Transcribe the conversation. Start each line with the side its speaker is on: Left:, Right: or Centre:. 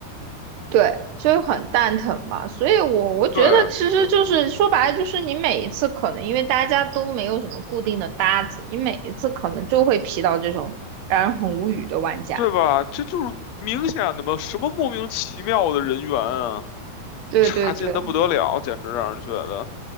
Right: 对，就是很蛋疼嘛，所以我我觉得其实就是说白了，
Left: 对
Right: 就是你每一次可能因为大家都没有什么固定的搭子，你每一次可能就会劈到这种让人很无语的玩家。
Left: 对吧？这就是明显的嘛，什么莫名其妙的人员啊！
Right: 对对对，
Left: 差劲的不得了，简直让人觉得，